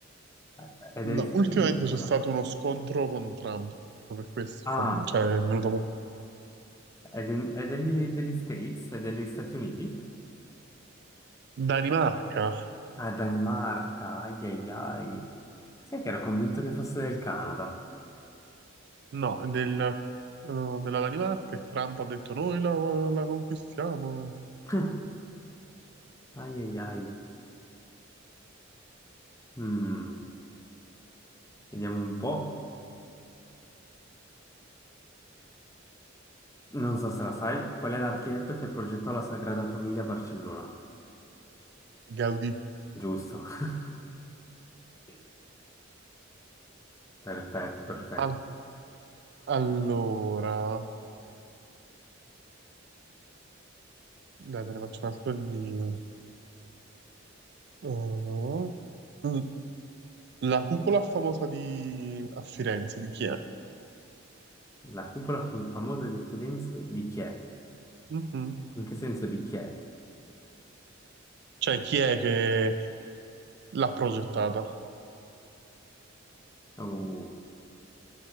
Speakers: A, on the left; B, on the right.
A: Eh, è degli
B: no,
A: Stati
B: ultimamente
A: Uniti
B: c'è
A: allora.
B: stato uno scontro con Trump, per questo,
A: Ah,
B: cioè è venuto... mo-
A: è, de- è degli, degli States, è degli Stati Uniti?
B: Danimarca?
A: Ah, è Danimarca, ai ai ai. Sai che ero convinto che fosse del Canada.
B: No, del, eh, della Danimarca e Trump ha detto noi la, la conquistiamo.
A: <laughs> Ai ai ai. Mm, vediamo un po'. Non so se la sai, qual è l'architetto che progettò la Sagrada Famiglia a Barcellona?
B: Gaudì.
A: Giusto. <laughs> Sì, perfetto, perfetto.
B: Al- allora, dai, te ne faccio un'altra di... oh, mm, la cupola famosa di... a Firenze, di chi è?
A: La cupola fu- famosa di Firenze di chi è?
B: Mhm.
A: In che senso di chi è?
B: Cioè, chi è che L'ha progettata.
A: Uh,